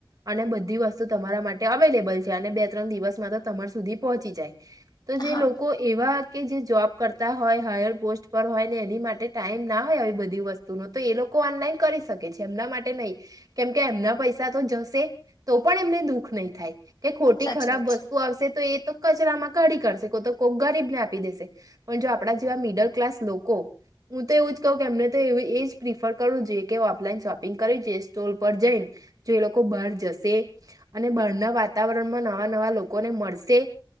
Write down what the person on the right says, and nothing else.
અને બધી વસ્તુ તમારા માટે અવેલેબલ છે, અને બે ત્રણ દિવસમાં તો તમાર સુધી પહોંચી જાય. તો જે
લોકો એવા કે જે જોબ કરતા હોય હાયર પોસ્ટ પર્વ હોય એની માટે ટાઈમ ના હોય આવી બધી વસ્તુ, નો તો એ લોકો ઓનલાઈન કરી શકે છે, એમના માટે નહી. કેમ કે એમના પૈસા તો જશે તો પણ એમને દુઃખ નહી થાય. કે ખોટી
ખરાબ
વસ્તુ
આવશે તો એ તો કચરામાં કાઢી કાઢશે, કો તો કોક ગરીબને આપી દેશે, પણ જો આપણા જેવા મિડલ ક્લાસ લોકો હું તો એવું જ કહું કે એમને તો એવું એજ પ્રિફર કરવું જોઈએ, કે ઓફલાઈન શોપિંગ કરવી છે, સ્ટોલ પર જઈન. જો એ લોકો બહાર જશે અને બહારના વાતાવરણમાં નવા નવા લોકોને મળશે.